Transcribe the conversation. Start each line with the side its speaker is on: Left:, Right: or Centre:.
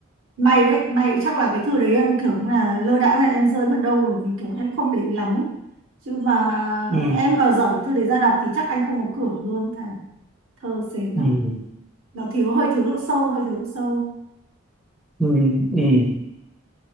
Right: may đấy may chắc là cái thư đấy em kiểu như là lơ đãng này em rơi mất đâu rồi vì kiểu em không để ý lắm ấy. chứ mà
Centre: ừ,
Right: em mà dở cái thư đấy ra đọc thì chắc anh không có cửa luôn thề thơ sến lắm
Centre: ừ,
Right: nó thiếu hơi thiếu độ sâu hơi thiếu độ sâu
Centre: ừ, ừ.